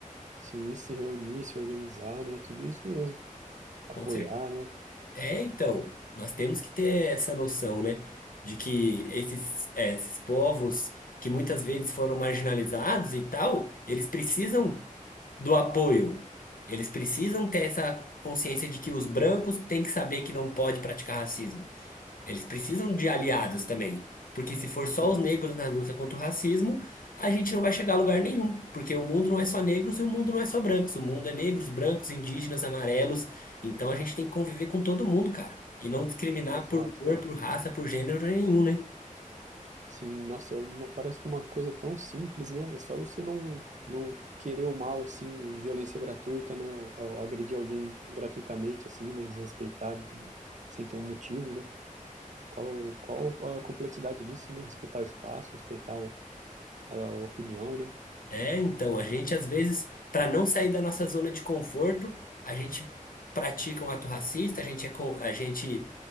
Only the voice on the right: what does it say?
sim, se reunir, se organizar, né, tudo isso mesmo, apoiar,
né?
Sim,
exato,
cara.
Sim, nossa, é uma, parece que é uma coisa tão simples, né? É só você não, não querer o mal, assim, o violência gratuita, né? Ou, ou agredir alguém gratuitamente, assim, né? Desrespeitar de- sem ter um motivo, né? Qual, qual a complexidade nisso, né? Respeitar o espaço, respeitar o- a, opinião, né?